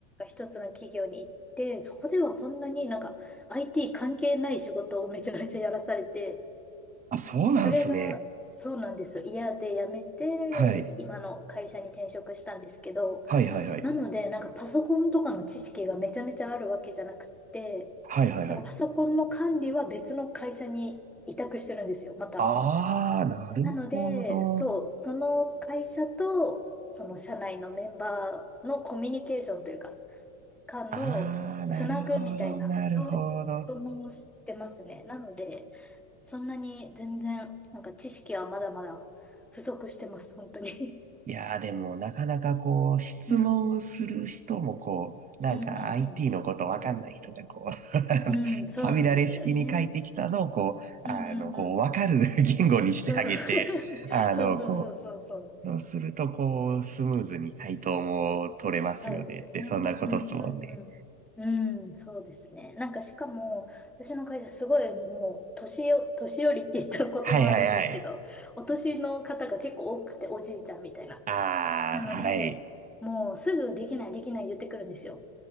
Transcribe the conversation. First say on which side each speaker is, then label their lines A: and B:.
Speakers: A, in the centre; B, on the right.
A: 一つの企業に行って、そこではそんなになんか IT 関係ない仕事をめちゃめちゃやらされて、
B: あ、そうなんですね。
A: それがそうなんですよ。嫌で辞めて、
B: はい。
A: 今の会社に転職したんですけど、
B: はいはいはい。
A: なのでなんかパソコンとかの知識がめちゃめちゃあるわけじゃなくて、
B: はいはいはい。
A: なんかパソコンの管理は別の会社に委託してるんですよ、また。
B: ああ、なるほど。
A: なので、そう、その会社と、その社内のメンバーのコミュニケーションというか、間のつなぐみたいな、
B: ああ、なるほど、なるほど。
A: そういうことも知ってますね。なので、そんなに全然、なんか知識はまだまだ不足してます、本当に。
B: いやー、でも、なかなかこう、質問する人もこう、
A: <laughs> うん、
B: なんか
A: うん、うん、
B: IT
A: うん。
B: のことわかんない人がこう、<laughs> あのさみだれ式に書いてきたのをこう、
A: うん、そうなんですよね。うん、
B: あの、
A: うん、
B: こう、
A: うん。
B: わかる <laughs> 言語にしてあげて、
A: そうそう。<laughs>
B: あの、
A: そうそうそうそうそう。
B: こそうすると、こう、スムーズに対等も取れますよねって、
A: そうですね。
B: そんなことっすもんね。
A: うんうんうん。うん、そうですね。なんかしかも、私の会社すごいもう、年よ、年寄りって言ったら言葉悪いんですけど、
B: はいはいはい。
A: お年の方が結構多くて、おじいちゃんみたいな。
B: ああ、
A: なので、
B: はい。
A: もうすぐできないできない言ってくるんですよ。